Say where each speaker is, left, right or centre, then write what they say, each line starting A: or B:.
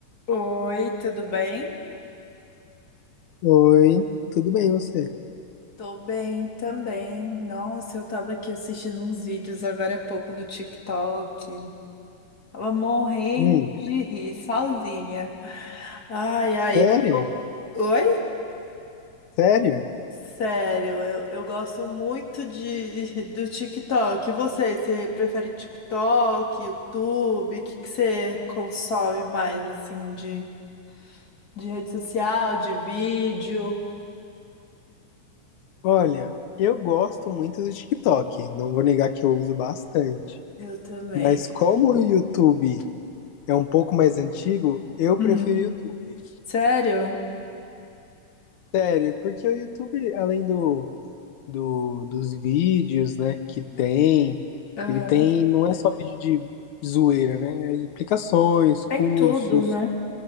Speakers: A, on the left; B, on the left.
A: Oi, tudo bem?
B: Oi, tudo bem você?
A: Tô bem também. Nossa, eu tava aqui assistindo uns vídeos agora há pouco no TikTok. Tava morrendo
B: Hum,
A: de rir, sozinha. Ai, ai.
B: sério?
A: Oi?
B: Sério?
A: Sério, eu, eu gosto muito de, <laughs> do TikTok. E você, você prefere TikTok, YouTube? O que que você consome mais, assim, de, de rede social, de vídeo?
B: Olha, eu gosto muito do TikTok, não vou negar que eu uso bastante.
A: Eu também.
B: Mas como o YouTube é um pouco mais antigo, eu
A: Hum.
B: prefiro o YouTube.
A: Sério?
B: Sério, porque o YouTube, além do, do, dos vídeos, né, que tem,
A: Aham.
B: ele tem, não é só vídeo de zoeira, né? é Explicações, cursos,
A: Tem tudo, né?